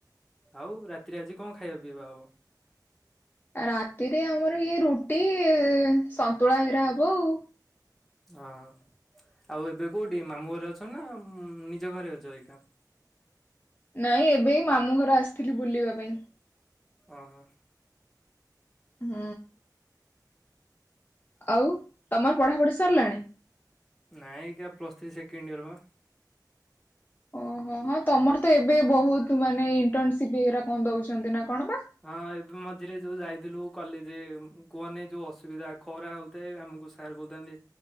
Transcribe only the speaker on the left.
ଆ ରାତିରେ ଆମର ଇଏ ରୁଟି ସନ୍ତୁଳା ଘିରା ହବ ଆଉ।
ନାଇଁ ଏବେ ମାମୁଁ ଘର ଆସିଥିଲି ବୁଲିବା ପାଇଁ।
ହୁଁ। ଆଉ ତମର ପଢାପଢି ସରିଲାଣି?
ଓହୋ ହଁ ତମର ତ ଏବେ ବହୁତ ମାନେ ଇଣ୍ଟର୍ନସିପ ବଗ କଣ ଦଉଛନ୍ତି ନା କଣ ବା